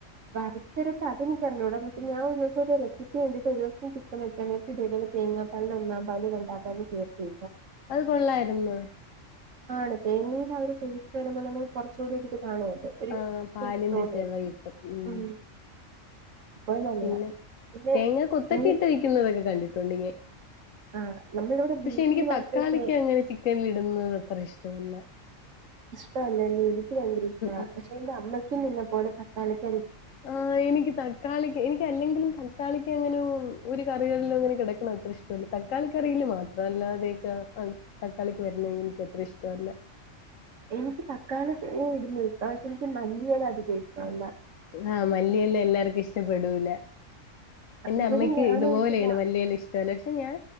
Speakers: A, on the right; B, on the left.
A: വരുത്തരച്ച അത് എനിക്ക് അറിഞ്ഞൂടാ പക്ഷെ ഞാൻ ഒരു ദിവസം റെസിപ്പി കണ്ടിട്ട് ഒരു ദിവസം ഞാൻ ചിക്കെൻ വെച്ചായിരുന്നു തേങ്ങാപ്പാൽ ഒന്നാം പാല് രണ്ടാം പാൽ ചേർത്ത്
B: അത് കൊള്ളായിരുന്നു
A: ആണ് തേങ്ങീന്ന് അവര് തേച്ച് വരുമ്പോ നമ്മ കുറച്ചുകൂടി കാണുമല്ലോ ഒരു
B: ആഹ പാലിന്റെ
A: ടേസ്റ്റ് തോന്നുവല്ലോ
B: ചെവ കട്ടും
A: ഉം
B: ഉ
A: അപ്പൊ നല്ലതാ
B: പിന്നെ
A: പിന്നെ
B: തേങ്ങ കൊത്തക്കെ
A: നീ
B: ഇട്ട് വിക്കുന്നതൊക്കെ കണ്ടിട്ടുണ്ട് ഇങ്ങ
A: ആ നമ്മളിവിടെ
B: പക്ഷെ
A: ബീഫിന്
B: എനിക്ക്
A: മാത്രമൊക്കെ
B: തക്കാളിക്ക് അങ്ങനെ ചിക്കനില ഇടുന്നത് അത്ര ഇഷ്ട തൊന്ന്
A: ഇഷ്ടല്ലല്ലേ എനിക്ക് ഭയങ്കര ഇഷ്ടമാണ്
B: ഉം
A: പക്ഷെ എന്റെ അമ്മക്കും നിന്ന പോലെ തക്കാലത്ത്
B: ആ എനിക്ക് തക്കാളിക്ക് എനിക്ക് അല്ലെങ്കിലും തക്കാളി അങ്ങനെ ഒരു കറികളിലും അങ്ങനെ കിടക്കണം അത്ര ഇഷ്ടല്ല തക്കാള കറിയിൽ മാത്രം അല്ലാതെയൊക്കെ തക്കാളിക്ക് വരണെങ്കിൽ എനിക്ക് എത്ര ഇഷ്ടമല്ല
A: എനിക്ക് തക്കാളി ഇടുന്ന ഇഷ്ടം പക്ഷെ എനിക്ക് മല്ലിയല അധികം ഇഷ്ടല്ല
B: ആഹ മല്ലിയെല്ലാം എല്ലാർക്കും ഇഷ്ടപ്പെടൂല എൻന്റെ
A: ഇവിടെ
B: അമ്മയ്ക്ക്
A: ഞാൻ
B: ഇതുപോലെയാണ്
A: ഒഴിച്ചിട്ടുള്ള
B: മലിയല്ല ഇഷ്ടമല്ല പക്ഷെ ഞാൻ